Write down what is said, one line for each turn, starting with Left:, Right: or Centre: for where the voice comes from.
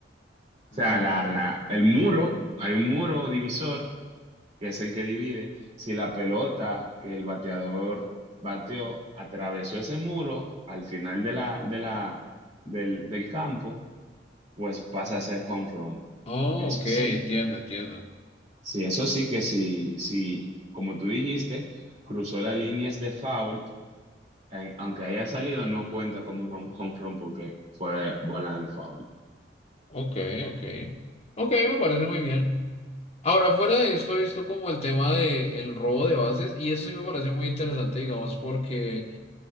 Left: No.
Right: O sea, la, la, el muro, hay un muro divisor que es el que divide, si la pelota que el bateador bateó atravesó ese muro al final de la, de la, del, del campo, pues pasa a ser home run.
Left: Oh,
Right: Eso
Left: ok,
Right: sí,
Left: entiendo, entiendo.
Right: sí, eso sí que si, si, como tú dijiste, cruzó las líneas de foul, eh, aunque haya salido, no cuenta como run- home run porque fue bola en foul.
Left: Ok, ok. Ok, me parece muy bien. Ahora, fuera de esto, he visto como el tema de el robo de bases y eso sí me parece muy interesante, digamos, porque